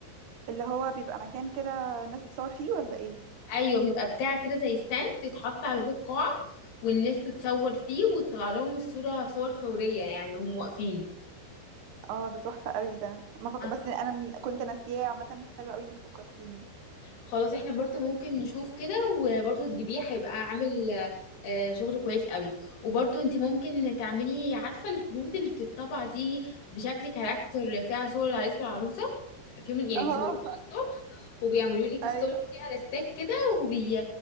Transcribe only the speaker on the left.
ايوه بيبقى بتاع كده زي ستاند يتحط على باب القاعه والناس تتصور
فيه وتطلع لهم الصوره صور فوريه يعني هم واقفين
آه.
خلاص احنا برضو ممكن نشوف كده وبرضو تجيبيه هيبقى عامل آه، شغل كويس قوي وبرضو انت ممكن تعملي عارفه الكروت اللي بتطبع دي بشكل كاركتر فيها صور العريس والعروسه في يوم يعني
بيصوروها من
الصبح وبيعملوا لك
الصور دي على ستاك كده وبي...